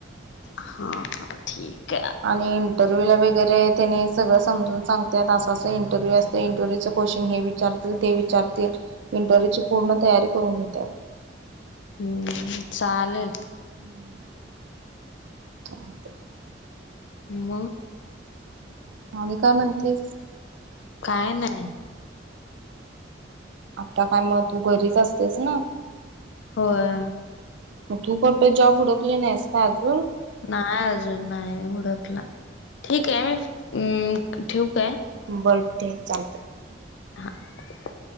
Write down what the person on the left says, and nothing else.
हा हा ठीक. आहे
हम्म चालेल.
म
काय नाय
होय.
नाही अजून नाही हुडकला ठीक आहे मी ठेऊकाय
ह <unintelligible>